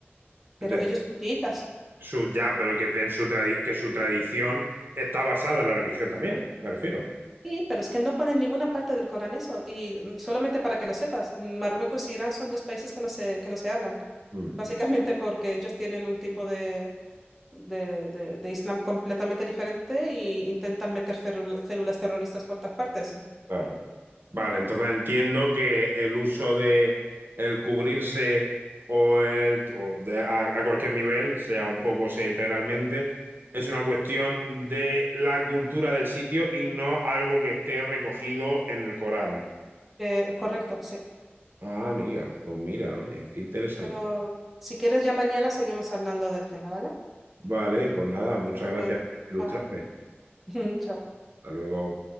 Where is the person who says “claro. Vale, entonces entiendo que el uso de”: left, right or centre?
Right